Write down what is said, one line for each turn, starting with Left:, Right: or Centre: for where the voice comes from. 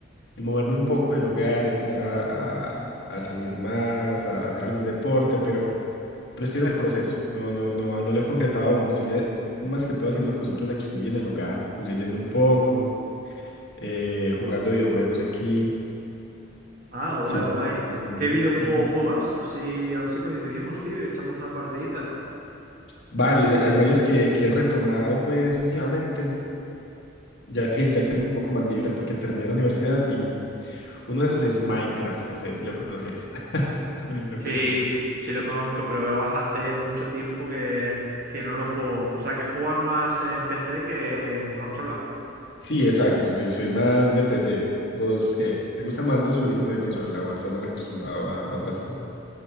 Left: el moverme un poco del hogar, empezar a, a- a salir más, a, hacer algún deporte, pero, pero estoy en el proceso. No, no, no, no lo he concretado aún. Estoy eh, más que todo haciendo cositas aquí en el hogar, leyendo un poco, eh, jugando videojuegos aquí.
Right: Ah, guay,
Left: Sí,
Right: guay.
Left: imagínate.
Right: ¿Qué videojuego
Left: Ujú.
Right: juegas? Así, a ver si coincidimos, tío, y echamos una partidita.
Left: Varios, hay, hay varios que, que he retomado pues últimamente, ya que, ya que ando un poco más libre porque terminé la universidad y uno de esos es Minecraft, no sé si lo conoces. <laughs> Me imagino
Right: Sí,
Left: que sí.
Right: sí, sí lo conozco, pero hace mucho tiempo que, que no lo juego. O sea, que juegas más en PC que en consola.
Left: Sí, exacto, soy, soy más de PC. ¿Vos qué? ¿Te gustan más los jueguitos de consola o estás más acostumbrado a otras cosas?